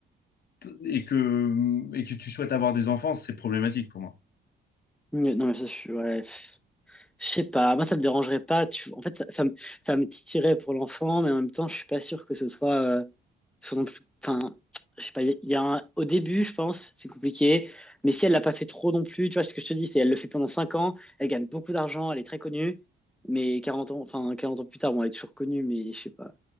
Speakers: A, on the left (about 55°); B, in the centre.
A: et que, et que tu souhaites avoir des enfants, c'est problématique pour moi.
B: Non, mais ça, je suis. Ouais. Je sais pas, moi ça me dérangerait pas. Tu... En fait, ça, ça me, ça me titillerait pour l'enfant, mais en même temps, je suis pas sûr que ce soit, euh, ce non plus. Enfin, je sais pas. Il y a il y a un... Au début, je pense, c'est compliqué. Mais si elle l'a pas fait trop non plus, tu vois ce que je te dis, c'est elle le fait pendant 5 ans, elle gagne beaucoup d'argent, elle est très connue, mais 40 ans, enfin 40 ans plus tard, bon, elle est toujours connue, mais je sais pas